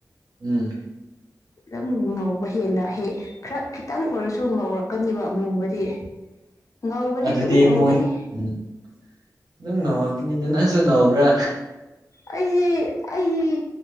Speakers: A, on the right (about 70°); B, on the left (about 50°).
A: ꯎꯝ꯫
B: ꯌꯥꯝ ꯉꯧ ꯍꯦꯟꯅ ꯍꯦꯛ ꯈꯔ ꯈꯤꯇꯪ ꯑꯣꯏꯔꯁꯨ ꯉꯧꯔꯛꯀꯅꯤꯕ ꯃꯨꯕꯗꯤ ꯉꯧꯕꯗꯤ
A: ꯑꯗꯨꯗꯤ
B: ꯗꯨꯝ ꯉꯧꯒꯅꯤ
A: ꯃꯣꯏ ꯎꯝ ꯑꯗꯨꯝ ꯉꯧꯔꯛꯀꯅꯤꯗ ꯅꯪꯁꯨ ꯉꯧꯕ꯭ꯔꯥ
B: ꯑꯩꯗꯤ ꯑꯩꯗꯤ